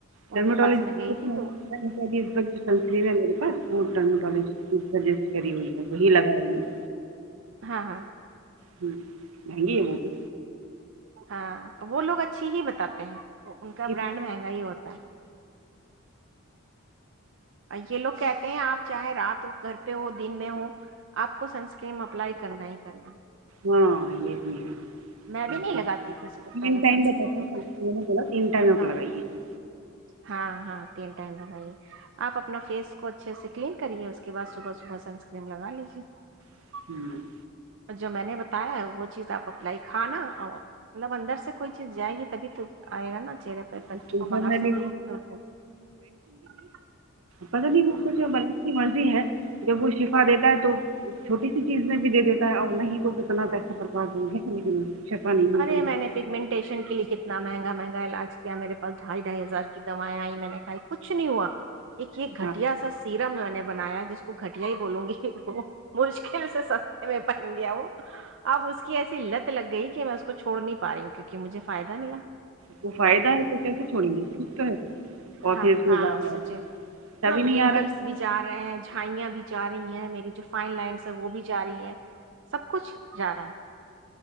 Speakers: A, on the right; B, on the right.
A: ان
B: ڈرمٹوجین
A: کے پاس میں گئی تھی تو
B: ہے میرے پاس وہ ڈرٹوجی کری ہوئی ہے وہی لگا رہی ہیں
A: ہاں ہاں
B: ہوں <inaudible> مہنگی ہے وہ بھی
A: ہاں <inaudible> وہ لوگ اچھی ہی بتاتے ہیں تو ان کا
B: چپ
A: برانڈ مہنگا ہی ہوتا ہے <unintelligible> یہ لوگ کہتے ہیں آپ چاہے رات ہو گھر پہ ہو دن میں ہو آپ کو سنسکریم اپلائی کرنا ہی کرنا <unintelligible>
B: ہاں یہ بھی ہے
A: میں بھی نہیں لگاتی تھی اس کو پہلے
B: تین ٹائم
A: سنسکرین
B: بتاتے
A: کو
B: ہیں میں نے بولا تین ٹائم آپ
A: ہاں
B: لگائیے
A: ہاں ہاں تین <unintelligible> ٹم بگائیے آپ اپنا فیس کو اچھے سے کلین کریے اس کے بعد صبح صبح سنسکم لگا لیجیے <unintelligible>
B: ہوں <inaudible>
A: جو میں نے بتایا ہے وہ چیز آپ اپلائی <unintelligible> کھانا مطلب اندر سے کوئی چیز جائے گی تبھی تو آئے گا نا <unintelligible> چرے پرفیکٹ
B: بالکل
A: وہ باہر
B: میں
A: سے
B: نے
A: بھی تو <unintelligible>
B: پت نہیں وہ کو ب کی مرضی ہے جب وہ شفا دیتا <unintelligible> تو چھوٹی سی چیز میں بھی دے دیتا ہے اور نہیں تو کتنا پیسہ برباد ہو گیا لیکن <unintelligible> مل
A: ارے
B: رہی ہے
A: میں نے پگمنٹیشن کے لیے کتنا مہنگا <unintelligible> مہگا مہنگا علاج کیا میرے پاس ڈھائی ڈھائی ہزار کی دوائیں آئی میں نے کہاائی کچھ نہیں ہوا <unintelligible> ایک یہ گٹیا
B: ہاں
A: سا سییرم جونے <unintelligible> بنایا جس کو گھٹیا ہی بولوں گی وہ <unintelligible> مشکل سے سستے میں <inaudible> بن گیا ہو اب اس کی ایسی لت لگ گئی <unintelligible> میں اس کو چوڑ نہیں پا رہی ہوں کیون کہ مجھے فائدہ ملا <unintelligible>
B: کو فائدہ ہے تو کیسے چھوڑیں گے ٹھیک تو ہے <unintelligible> اور
A: ہاں
B: پھر اس میں
A: ہاں
B: زیادہ
A: اسچ
B: اچھا
A: مطلب
B: بھی نہیں
A: رنکلس
B: آ رہا ہے
A: بھی جا رہے ہیں جھائیاں بھی <unintelligible> جا رہی ہیں میری جو فائن لائنس ہے وہ بھی جا رہی ہیں <unintelligible> سب کچھ جا رہا ہے